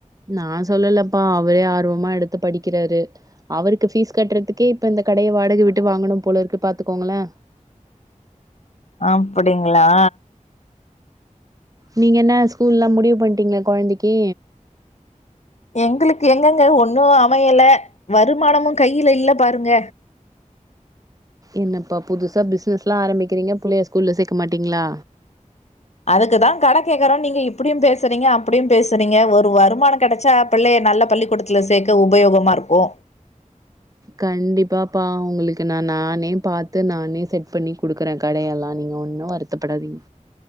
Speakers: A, on the right; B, on the left.
A: நா சொல்லலப்பா அவரே ஆர்வமா எடுத்து படிக்கிறாரு அவருக்கு பீஸ் கட்றதுக்கே இப்ப இந் த கடைய வாடக விட்டு வாங்கணு போல இருக்கு பாத்துக்கோங்களே
B: அப்படிங்களா
A: நீங்க என்ன ஸ்கூல்ல்லா முடிவு பண்ணிட்டீங்களா கொழந்தைக்கி
B: எங்களுக்கு எங்கங்க ஒண்ணு அமையல வருமானமு கையில இல்ல பாருங்க
A: என்னப்பா புதுசா பிசினஸ் எல்லா ஆரம்பிக்கிறீங்க பிள்ளைய ஸ்கூல்ல சேர்க்க மாட்டீங்களா
B: அதுக்குதா கடை கேட்க்றோ நீங்க இப்படியு பேசுறீங்க அப்படியு பேசுறீங்க ஒரு வருமான கடைச்சா பிள்ளைய நல்ல பள்ளிக்கூடத்தில சேர்க்க உபயோகமா இருக்கு
A: கண்டிப்பாப்பா உங்களுக்கு நான் நானே பாத்து நானே செட் பண்ணி குடுக்குறே கடையெல்லா நீங்க ஒன்னு வருத்தப்படாதீங்க